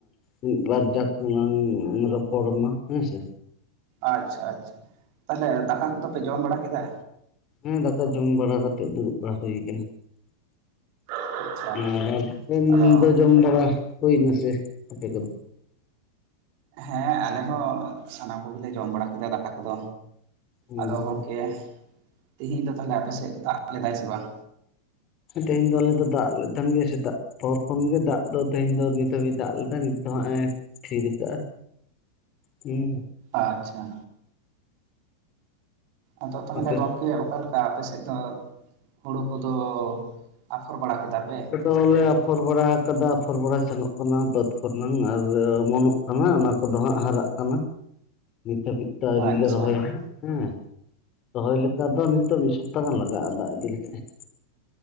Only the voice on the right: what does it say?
ᱟᱪᱪᱷᱟ ᱟᱪᱪᱷᱟ, ᱛᱟᱦᱚᱞᱮ ᱫᱟᱠᱟ ᱠᱚᱫᱚ ᱯᱮ ᱡᱚᱢ ᱵᱟᱲᱟ ᱠᱮᱫᱟ?
ᱟᱪᱪᱷᱟ
ᱟᱫᱚ
ᱦᱮᱸ ᱟᱞᱮ ᱦᱚᱸ ᱥᱟᱱᱟᱢ ᱠᱚᱜᱮᱞᱮ ᱡᱚᱢ ᱵᱟᱲᱟ ᱠᱮᱫᱟ ᱫᱟᱠᱟ ᱠᱚᱫᱚ᱾
ᱟᱫᱚ
ᱜᱚᱝᱠᱮ ᱛᱮᱦᱤᱧ ᱫᱚ ᱛᱟᱦᱞᱮ ᱟᱯᱮᱥᱮᱫ ᱫᱟᱜ ᱞᱮᱫᱟᱭ ᱥᱮ ᱵᱟᱝ?
ᱟᱪᱪᱷᱟ᱾ ᱟᱫᱚ ᱛᱟᱦᱚᱞᱮ
ᱜᱚᱢᱠᱮ ᱚᱠᱟ ᱞᱮᱠᱟ ᱟᱯᱮ ᱥᱮᱫ ᱫᱚ ᱦᱩᱲᱩ ᱠᱚᱫᱚ ᱟᱯᱷᱚᱨ ᱵᱟᱲᱟ ᱠᱮᱫᱟ ᱯᱮ?
ᱟᱪᱪᱷᱟ